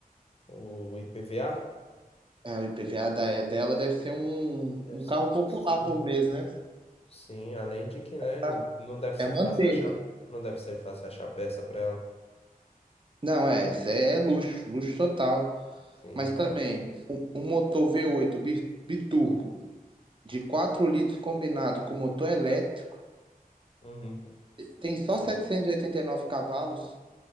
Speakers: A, on the left; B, on the right.
A: o IPVA.
B: É, o IPVA da- dela deve ser um,
A: Deve
B: um
A: ser
B: carro
A: um absurdo.
B: popular por mês, né?
A: Sim, além de que, né,
B: Tá.
A: o- não deve
B: É
A: ser
B: manter.
A: fácil achar, não deve ser fácil achar peça para ela.
B: Não, é, isso é, é luxo, luxo total.
A: Sim,
B: Mas também,
A: então,
B: um, um motor v oito bi- biturbo de 4 litros combinado com motor elétrico
A: uhum,
B: tem só
A: sim.
B: setecentos e e oitenta e nove cavalos.